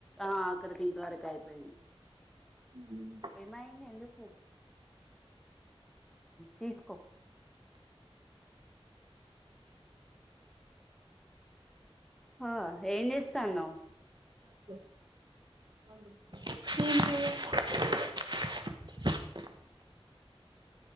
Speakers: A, in the centre; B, on the right.
A: ఆ అక్కడకి ఇంతవరకు అయిపోయింది
B: ఉమ్,
A: ఏమయింది ఎందుకు తీసుకో ఆ ఏం చేస్తున్నావ్
B: స <unintelligible>